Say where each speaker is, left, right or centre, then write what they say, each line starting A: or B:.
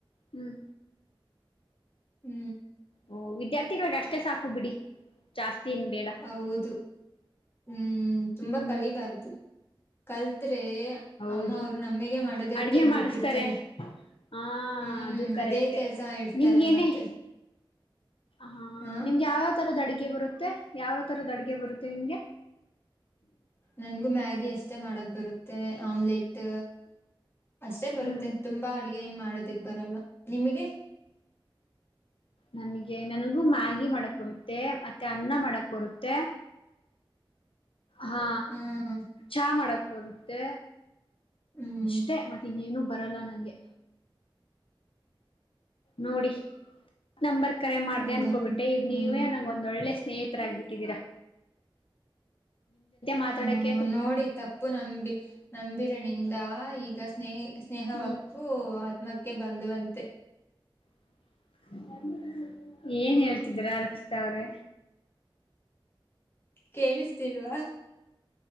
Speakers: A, on the left; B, on the left.
A: ಹ್ಮ್
B: ಹ್ಮ್
A: ಓ ವಿದ್ಯಾರ್ಥಿಗಳಿಗೆ ಅಷ್ಟೇ ಸಾಕು ಬಿಡಿ ಜಾಸ್ತಿ ಏನ್ ಬೇಡ
B: ಹೌದು ಹ್ಮ್ ತುಂಬಾ
A: ಹ್ಮ್
B: ಕಲಿಬಾರ್ದು ಕಲತ್ರೆ
A: ಹೌದು
B: ಅಮ್ಮ ಅವರು ನಮಗ ಮಾಡೋದಕ್ಕೆ
A: ಅಡ್ಗೆ
B: ಬಿಡ್ಬ
A: ಮಾಡಿಸ್ತಾರೆ
B: ಬಿಡ್ತಾರೆ
A: ಹಾ
B: ಹ್ಮ್
A: ಅದು ಕರೆಕ್ಟೆ
B: ಅದೇ ಕೆಲ್ಸ ಇಡ್ತಾರೆ
A: ನಿಮ್ಗೇನೆ
B: ಮತ್ತೆ
A: ಹಾ
B: ಹ
A: ನಿಮ್ಗೆ ಯಾವಾವ ತರದ ಅಡಿಗೆ ಅಡಿಗೆ ಬರುತ್ತೆ ಯಾವ ತರದ ಅಡ್ಗೆ ಬರುತ್ತೆ ನಿಮ್ಗೆ
B: ನನ್ಗು ಮ್ಯಾಗಿ ಅಷ್ಟೇ ಮಾಡಕ್ ಬರುತ್ತೆ ಆಮ್ಲೆಟ್ ಅಷ್ಟೇ
A: ಹ್ಮ್
B: ಬರುತ್ತೆ ತುಂಬಾ ಅಡ್ಗೆ ಏನ್ ಮಾಡೋದಿಕ್ ಬರಲ್ಲ ನಿಮಗೆ
A: ನನಗೆ ನನ ನು ಮ್ಯಾಗಿ ಮಾಡಕ್ ಬರುತ್ತೆ ಮತ್ತೆ ಅನ್ನ ಮಾಡಕ್ ಬರುತ್ತೆ ಹಾ
B: ಹ್ಮ್
A: ಚಾ ಮಾಡಕ್ ಬರುತ್ತೆ
B: ಹ್ಮ್
A: ಅಷ್ಟೆ ಮತ್ತೆ ಇನ್ನೇನು ಬರಲ್ಲ ನನಗೆ ನೋಡಿ ನಂಬರ್ ಕರೆ ಮಾಡ್ದ
B: ಹೌದಾ
A: ಅನ್ಕೊಬಿಟ್ಟೆ ಈ
B: ಹ್ಮ್
A: ನೀವೇ ನಂಂಗ ಒಂದ್ ಒಳ್ಳೆ ಸ್ನೇಹಿತರ ಆಗ್ಬಿಟ್ಟಿದ್ದೀರಾ ಮಾತಡಕೆ
B: ಹ್ಮ್ ನೋಡಿ ತಪ್ಪು ನಂಬಿ ನಂಬಿರನಿಂದ ಈಗ ಸ್ನೇಹಿ ಸ್ನೇಹಕ್ಕೂ
A: ಹ್ಮ್
B: ಆತ್ಕ್ಕೆ ಬಂದಂತ
A: <inaudible> ಏನ್ ಹೇಳ್ತಿದ್ರ ರಕ್ಷಿತಾ ಅವ್ರೆ
B: ಕೇಳಿಸ್ತಿಲ್ವಾ